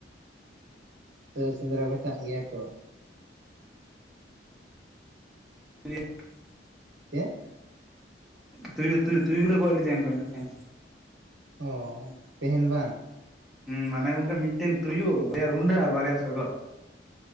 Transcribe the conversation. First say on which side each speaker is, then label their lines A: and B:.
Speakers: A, on the right (about 85°); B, in the centre.
A: ᱛᱳᱭᱳ ᱥᱮᱸᱫᱽᱨᱟ ᱠᱚ ᱪᱟᱜ ᱜᱮᱭᱟ ᱠᱚ᱾
B: <inaudible>
A: ᱪᱮᱫ?
B: <inaudible> ᱛᱩᱭᱩ ᱛᱩᱭᱩ ᱛᱩᱭᱩ ᱜᱮᱞᱮ ᱜᱚᱡ ᱞᱮᱫᱮᱭᱟ ᱚᱱᱠᱟ ᱢᱤᱫᱴᱟᱝ᱾
A: ᱚ ᱛᱮᱦᱮᱧ ᱵᱟᱝ ᱾
B: ᱦᱮᱸ ᱢᱟᱱᱮ ᱜᱚᱝᱠᱮ ᱢᱤᱫᱴᱮᱱ ᱛᱩᱭᱩ ᱵᱟᱨᱭᱟ ᱨᱩᱰᱟᱹ ᱟᱨ ᱵᱟᱨᱭᱟ ᱥᱟᱜᱚᱫ ᱾